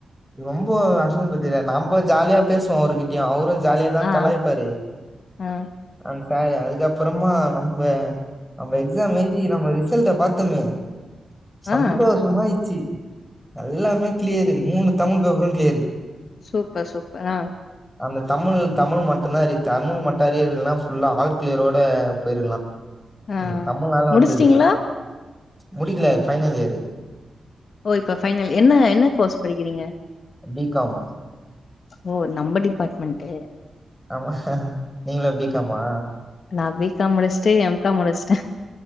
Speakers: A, in the centre; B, on the left.
A: ரொம்போ அசிங்க பத்திடார் நம்ப ஜால்யா பேஸ்வோ அவுருர்கிட்யு அவுரு ஜால்யா தா
B: ஆ
A: கலாய்பாரு
B: ஆ
A: அந் சாரு அதுக்கப்புறமா நம்ப அம்ம எக்ஸாம் எழுதி நம்ம ரிசல்ட்ட பாத்துமே சந்தோஷமாயிச்சி
B: ஆ
A: எல்லாமே க்ளியரு மூணு தமிழ் பேப்பரு க்ளியரு
B: சூப்பர் சூப் அ
A: அந்த தமிழ் தமிழ் மட்டும்ந்தா அரி தமிழ் மட்டு அரியர்ல்னா ஃபுல்லா ஆல்க்ளியரோட போய்ருக்லா
B: ஆ
A: அது தமுழ்னால
B: முடிச்சிட்டீங்களா
A: வந்தது முடிக்கில ஃபைனல் இயரு
B: ஒ இப்ப ஃபைனல் என்ன என்ன கோஸ் படிக்கிறீங்க
A: பி காம்
B: ஓ நம்ம டிப்பாட்மண்ட்டு
A: ஆமா நீங்ளு பி காமா
B: நா பீ காம் முடிச்சுட்டு எம் கா முடிச்ட்ட